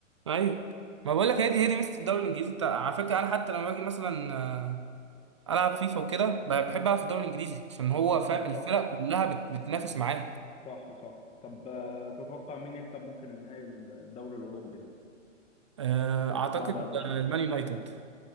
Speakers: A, on the right; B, on the left.
A: ايوه ما بقول لك هي
B: امم
A: دي هي دي ميزه الدوري الانجليزي انت على فكره انا حتى لما باجي مثلا العب فيفا وكده بح- بحب العب في الدوري الانجليزي عشان هو
B: أمم،
A: فاهم الفرق
B: صح
A: كلها بت- بتنافس معاه
B: صح صح طب آه، تتوقع مين يكسب ممكن النهائي الدوري الاوروبي ده
A: آه،
B: توتنهام
A: اعتقد
B: ولا مانشستر
A: آه، المان يونايتد